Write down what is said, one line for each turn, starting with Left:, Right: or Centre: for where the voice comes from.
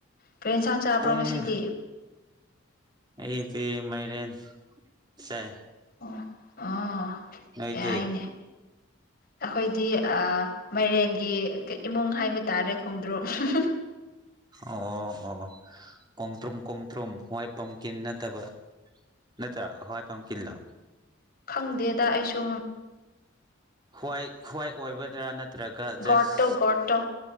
Left: ꯀꯔꯤ ꯌꯦꯟꯁꯥꯡ ꯆꯥꯕ꯭ꯔꯣ
Right: ꯄꯨꯡ
Left: ꯉꯁꯤꯗꯤ
Right: ꯑꯩꯗꯤ ꯃꯥꯏꯔꯦꯟ ꯁꯥꯏ
Left: ꯑꯣ ꯑꯣ
Right: ꯅꯣꯏꯗꯤ
Left: ꯌꯥꯏꯅꯦ ꯑꯩꯈꯣꯏꯗꯤ ꯃꯥꯏꯔꯦꯟꯒꯤ ꯏꯃꯨꯡ ꯍꯥꯏꯕ ꯇꯥꯔꯦ ꯈꯣꯡꯗ꯭ꯔꯨꯝ ꯍꯤꯍꯍꯤ
Right: ꯑꯣ ꯑꯣ ꯀꯣꯡꯇ꯭ꯔꯨꯝ ꯀꯣꯡꯇ꯭ꯔꯨꯝ ꯋꯥꯏ ꯄꯝꯀꯤꯟ ꯅꯠꯇꯕ ꯅꯠꯇ꯭ꯔ ꯍꯣꯏ ꯄꯝꯀꯤꯟ ꯂꯣ
Left: ꯈꯪꯗꯦꯗ ꯑꯩꯁꯨ
Right: ꯍꯏ ꯍ꯭ꯋꯥꯏ ꯑꯣꯏꯒꯗ꯭ꯔꯥ ꯅꯠꯇ꯭ꯔꯒ ꯖꯁ
Left: ꯒꯣꯠꯇꯣ ꯒꯣꯠꯇꯣ